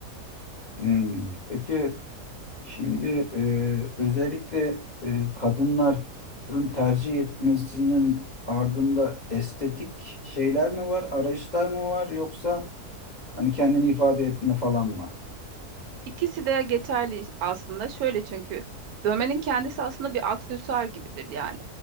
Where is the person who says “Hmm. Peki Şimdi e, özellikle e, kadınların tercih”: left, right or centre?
Left